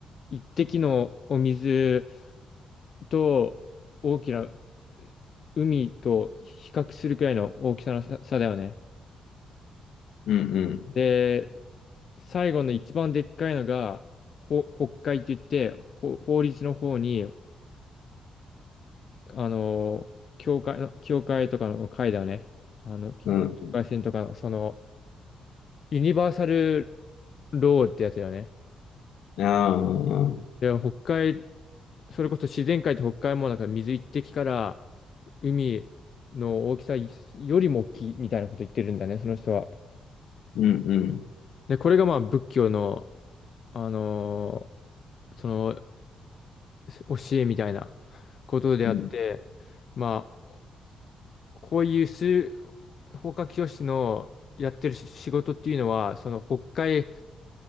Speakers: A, on the left; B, on the left.
A: 一滴のお水と大きな海と比較するくらいの大きさの差差だよね。
B: うんうん。
A: で、最後の一番でっかいのが、ほ北海って言って、ほ法律の方に、あの、教会の、教会とかの会だよね。あの、境界線とか、
B: うん。
A: その、ユニバーサルローってやつだよね。
B: いや、うんうん。
A: で、北海、それこそ自然界って北海もなんか水一滴から海の大きさよりも大きいみたいなこと言ってるんだね、その人は。
B: うんうん。
A: で、これがまあ仏教の、あのーその教えみたいなことであって、
B: うん
A: まあ、こういう数、法華経師のやってる仕事っていうのは、その北海